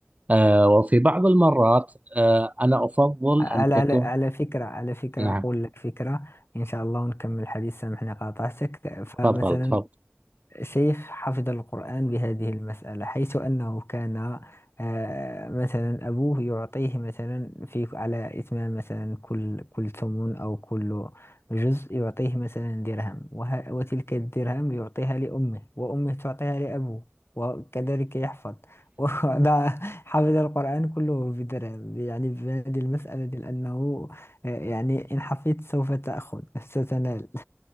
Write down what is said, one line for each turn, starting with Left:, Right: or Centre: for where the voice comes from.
Right: آه وفي بعض المرات آه أنا أفضل
Left: على
Right: أن تكون
Left: على على فكرة على فكرة
Right: نعم
Left: أقول لك فكرة إن شاء الله ونكمل الحديث سامحني قاطعتك فمثلا
Right: تفضل تفضل
Left: سيف حفظ القرآن بهذه المسألة حيث أنه كان آه، مثلا أبوه يعطيه مثلا في على إتمام مثلا كل كل ثمن أو كل جزء يعطيه مثلا درهم وه- وتلك الدرهم يعطيها لأمه وأمه تعطيها لأبوه وكذلك يحفظ <laughs> وده حفظ القرآن كله بدرهم يعني بهذه المسألة دي لأنه آه، يعني إن حفظت سوف تأخذ ستنال